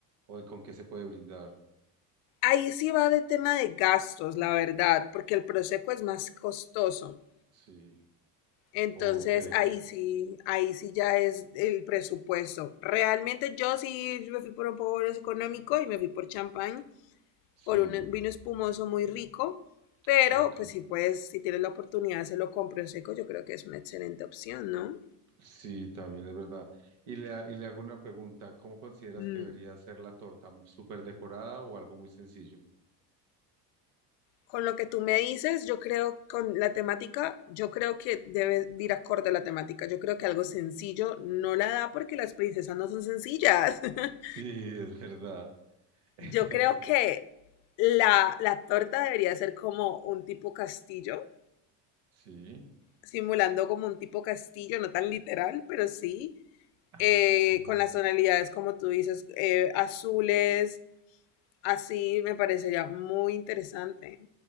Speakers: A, on the right; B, on the left.
A: ¿O con qué se puede brindar?
B: Ahí sí va de tema de gastos, la verdad, porque el Prosecco es más costoso.
A: Sí,
B: Entonces
A: ok,
B: ahí sí, ahí sí ya es el presupuesto. Realmente yo sí me fui por un poco más económico y me fui por champán,
A: sí,
B: por un vino espumoso muy rico, pero
A: ok.
B: pues si puedes, si tienes la oportunidad, se lo compro prosecco. yo creo que es una excelente opción, ¿no?
A: Sí, también es verdad. Y le, ha- y le hago una pregunta, ¿cómo consideras
B: Mm,
A: que debería ser la torta? ¿Súper decorada o algo muy sencillo? <laughs>
B: Con lo que tú me dices, yo creo con la temática, yo creo que debe de ir acorde a la temática. Yo creo que algo sencillo no la da porque las princesas no son sencillas. <laughs>
A: Sí, es verdad. <laughs> Entonces,
B: Yo creo que la, la torta debería ser como un tipo castillo,
A: sí.
B: simulando como un tipo castillo, no tan literal, pero sí,
A: Ay,
B: eh,
A: sí.
B: con las tonalidades como tú dices, eh, azules, así me parecería muy interesante.